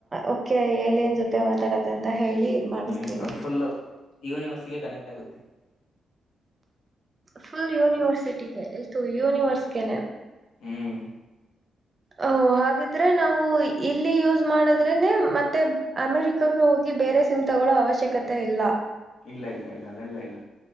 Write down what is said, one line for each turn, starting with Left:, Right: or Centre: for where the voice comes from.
Right: ಓಕೆ ಏಲಿಯನ್ ಜೊತೆ ಮಾತಾಡತ್ತಿ ಅಂತ ಹೇಳಿ ಇದ್ ಮಾಡಿಸ್ತೀನಿ
Left: ಹ್ಮ್ ಅದು ಫುಲ್ ಯೂನಿವರ್ಸ್ಗೆ ಕನೆಕ್ಟ್ ಆಗುತ್ತೆ.
Right: ಫುಲ್ ಯೂನಿವರ್ಸಿಟಿಗೆ ಎಷ್ಟು ಯೂನಿವರ್ಸ್ಗೆನೆ.
Left: ಹ್ಮ್.
Right: ಹ ಹಾಗಿದ್ರೆ ನಾವು ಇಲ್ಲಿ ಯೂಸ್ ಮಾಡದ್ರೆನೆ ಮತ್ತೆ ಅಮೆರಿಕಾಗ ಹೋಗಿ ಬೇರೆ ಸಿಮ್ ತ ಗೊಳ್ಳೋ ಅವಶ್ಯಕತೆ ಇಲ್ಲ
Left: ಇಲ್ಲ ಇಲ್ಲ ಇಲ್ಲ ಅವೆಲ್ಲ ಇಲ್ಲ.